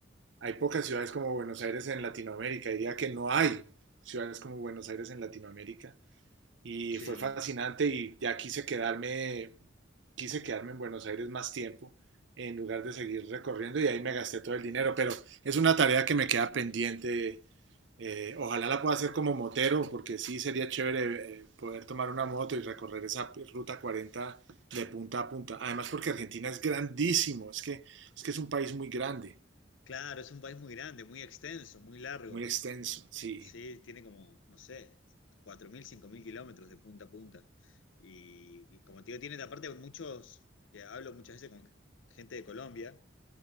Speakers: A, on the right; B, on the left.
A: hay pocas ciudades como Buenos Aires en Latinoamérica, diría que no hay ciudades como Buenos Aires en Latinoamérica y
B: sí,
A: fue fascinante y ya quise quedarme, quise quedarme en Buenos Aires más tiempo en lugar de seguir recorriendo y ahí me gasté todo el dinero, pero es una tarea que me queda pendiente. Eh, ojalá la pueda hacer como motero, porque sí sería chévere eh, poder tomar una moto y recorrer esa ruta 40 de punta a punta. Además, porque Argentina es grandísimo, es que es, que es un país muy grande,
B: claro, es un país muy grande, muy extenso, muy largo.
A: muy extenso. Sí,
B: Sí, tiene como, no sé, cuatro mil, cinco mil kilómetros de punta a punta. Y, y como te digo, tiene aparte muchos, que hablo muchas veces con gente de Colombia,